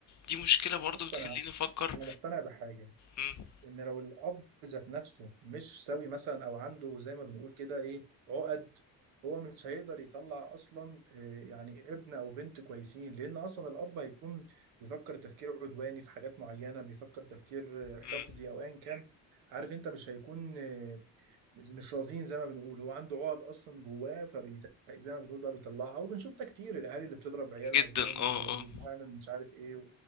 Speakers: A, on the left (about 35°); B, on the right (about 75°).
A: دي مشكلة برضو
B: بص
A: بتخليني
B: انا
A: افكر
B: انا مقتنع بحاجه
A: مم.
B: ان لو الاب ذات نفسه مش سوي مثلا او عنده زي ما بنقول كده ايه عقد هو مش هيقدر يطلع اصلا آه، يعني ابن او بنت كويسين لان اصلا الاب هيكون بيفكر تفكير عدواني في حاجات معينه بيفكر تفكير آه، حقدي
A: مم.
B: او ايا كان عارف انت مش هيكون آه، مش رزين زي ما بنقول هو عنده عقد اصلا جواه فبيت زي ما بنقول بقى بيطلعها وبنشوف ده كتير الاهالي اللي بتضرب عيالها
A: جدا
B: جامد
A: اه
B: واللي
A: اه
B: بتعمل مش عارف ايه